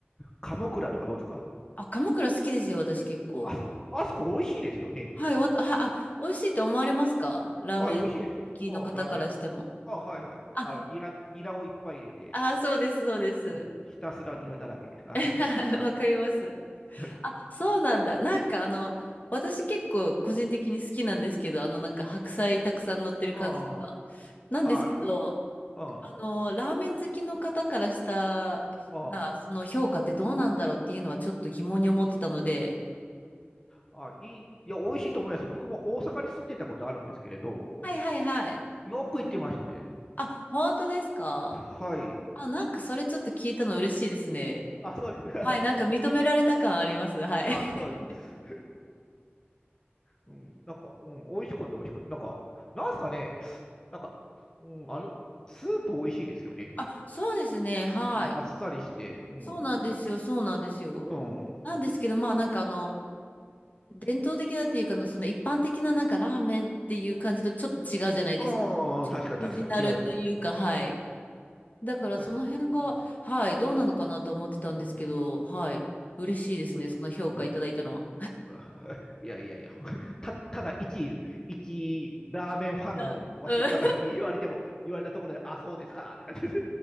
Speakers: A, on the left; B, on the left.
A: 鴨倉とかどうですか
B: あ、鎌倉好きですよ、私結構。
A: あそこ、あそこ美味しいですよね。
B: はい、わ、あ、あ、美味しいと思われますかラーメン好きの方からしても。
A: はい、美味しいです。うん、ラーメン。あ、はいはい。
B: あ、
A: あの、ニラ、ニラをいっぱい入れて、
B: あ、そうです、そうです。
A: うん、ひたすらニラだらけで。はい。
B: <laughs> わかります。
A: はい
B: あ、そうなんだ。なんかあの、私結構個人的に好きなんですけど、あのなんか白菜たくさん乗ってる感じとか。
A: あ
B: なんですけど、
A: あ、ああれ、おい、あ
B: あの、ラーメン好きの方からしたら、
A: あ、あ
B: その評価ってどうなんだろうっていうのはちょっと疑問に思ってたので。
A: あ、いい、いや、美味しいと思います。僕も大阪に住んでたことあるんですけれど、
B: はいはいはい。
A: よく行ってましたね。
B: あ、本当ですか
A: はい。
B: あ、なんかそれちょっと聞いたの嬉しいですね。
A: あ、そうです。
B: はい、なんか認められた感あります。
A: <laughs>
B: はい。
A: あ、
B: <laughs>
A: そうです。<laughs> うん、なんか、うん、美味しかった、美味しかった。なんか、なんすかね、なんか、うん、あの、スープ美味しいですよね。
B: あ、そうですね。はい。
A: うん、あっさりして、うん、
B: そうなんですよ。そうなんですよ。
A: うん。
B: なんですけど、まあなんかあの、伝統的なっていうかの、その一般的ななんかラーメンっていう感じとちょっと違うじゃないですか。
A: ああ、
B: ちょっとオリジナルというか、
A: 確かに確かに違います。
B: はい。
A: う
B: だからその辺が、
A: ん。確かに。
B: はい、どうなのかなと思ってたんですけど、
A: うん。うん。
B: はい。嬉しいですね、
A: 美味しい。
B: その評価いただいたのは。
A: うん。<laughs> あいやいやいや。<laughs> た、ただ一、一ラーメンファンのわし、
B: ラーメンうん。
A: 私に言われても、言われたところで、あ、そうですかって感じです。